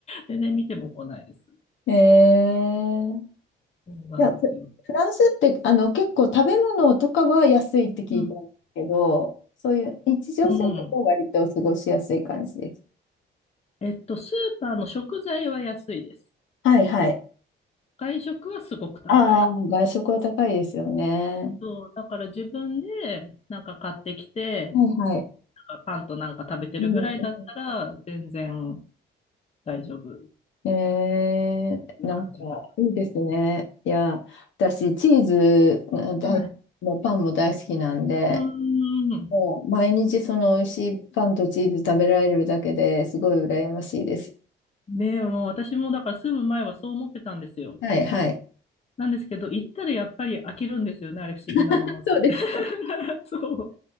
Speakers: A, on the left (about 30°); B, on the left (about 70°).
A: 全然見ても来ないです。
B: ええ
A: そうなんですよ。
B: いや、フフランスってあの結構食べ物とかは安いって聞いたんですけど、
A: うん。
B: そういう日常生活は割と過ごしやすい感じです。
A: うん。えっと、スーパーの食材は安いです。
B: はいはい。
A: 外食はすごく高い。
B: ああ、外食は高いですよね。
A: そう、だから自分でなんか買ってきて、
B: はいはい。
A: なんかパンとなんか食べてるぐらいだったら全然
B: うんう
A: 大丈夫っ
B: ん。えー、
A: ていう感じか
B: なんか、いいですね。いや、私、チーズが大、
A: な。はい。
B: もうパンも大好きなんで、
A: うーん。
B: もう毎日その美味しいパンとチーズ食べられるだけですごい羨ましいです。
A: ねえ、もう私もだから住む前はそう思ってたんですよ。
B: はい、はい。
A: なんですけど、行ったらやっぱり飽きるんですよね、あれ不思議なもので。
B: <laughs> そうですか。
A: <laughs> そう。